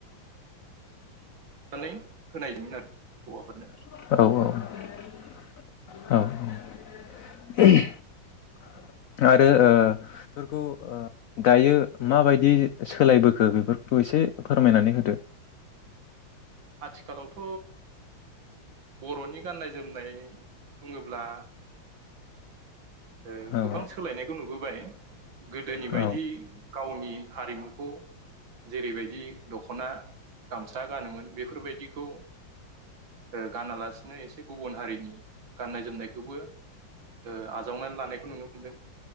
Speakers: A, on the right; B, on the left.
A: नानै होनाय जायोमोन आरो हौवाफोरनो
B: औ औ औ आरो ओ बेफोरखौ ओ दायो माबायदि सोलायबोखो बेफोरखौ एसे फोरमायनानै होदो
A: आथिखालावथ बर'नि गाननाय जोमनाय बुङोब्ला ओ
B: औ
A: गोबां सोलायनायखौ नुबो बाय गोदोनि
B: औ
A: बायदि गावनि हारिमुखौ जेरैबायदि दखना गाम सा गानोमोन बेफोरबायदिखौ ओ गानालासिनो ए से गुबुन हारिनि गाननाय जोमनाय खौबो ओ आजावनानै लानायखौ नुनो मोनदों